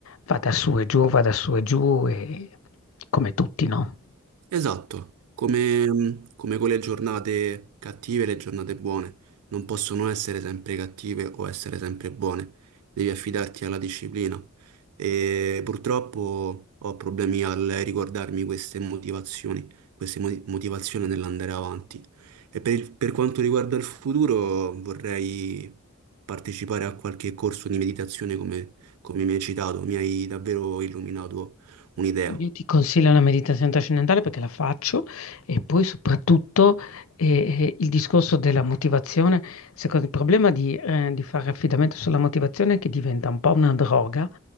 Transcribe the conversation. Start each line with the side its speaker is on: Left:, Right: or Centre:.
Left: vada su e giù, vada su e giù, e... come tutti, no?
Right: Esatto, come, come con le giornate cattive e le giornate buone, non possono essere sempre cattive o essere sempre buone, devi affidarti alla disciplina. E purtroppo ho problemi al ricordarmi queste motivazioni, queste mo- motivazioni nell'andare avanti. E per, il- per quanto riguarda il futuro, vorrei partecipare a qualche corso di meditazione come, come mi hai citato, mi hai davvero illuminato un'idea.
Left: Io ti consiglio la meditazione trascendentale perché la faccio e poi soprattutto eh, eh, il discorso della motivazione. Secondo il problema di, eh, di fare affidamento sulla motivazione è che diventa un po' una droga,